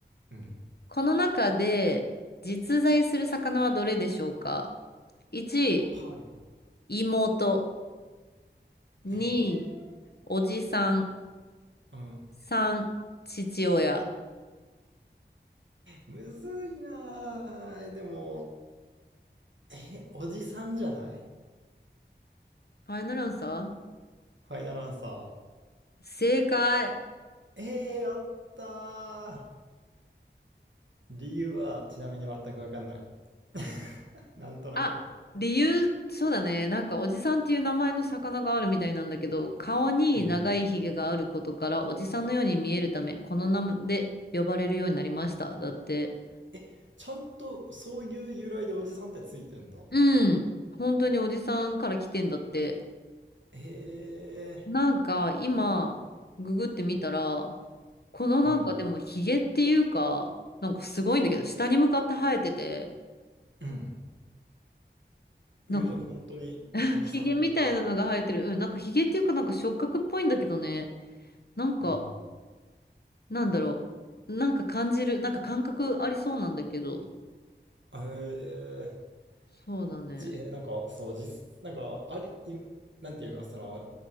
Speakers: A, on the right; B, on the left.
A: うん。
B: この中で実在する魚はどれでしょうか ?1、
A: はい。
B: 妹。2、
A: えー、
B: おじさん。
A: うん。
B: 3、父親。
A: むずいなー。でも、え、おじさんじゃない
B: ファイナルアンサー
A: ファイナルアンサー。
B: 正解。
A: ええー、やったー。理由はちなみに全くわかんない。<laughs> なんとなく。
B: あ、理由、そうだね。なんかおじさんっていう名前の魚があるみたいなんだけど、顔に長いひげがあることから、
A: うん。
B: おじさんのように見えるため、この名前で呼ばれるようになりました。だって。
A: え、ちゃんとそういう由来でおじさんってついてんだ。
B: うん。本当におじさんから来てんだって。
A: ええ
B: なんか今、ググってみたら、このなんかでもヒゲっていうか、
A: ー。うん。
B: なんかすごいんだけど、下に向かって生えてて、
A: うん。
B: なんか
A: うゆじゃ本当におじさんっていうか。
B: <laughs> ヒゲみたいなのが生えてる。うん、なんかヒゲっていうかなんか触覚っぽいんだけどね。なんか、
A: うん。
B: なんだろう。なんか感じる、なんか感覚ありそうなんだけど。
A: ええー。
B: そうだね。
A: じ、えーなんか、そう、実、なんか、あり、いなんていうの、その、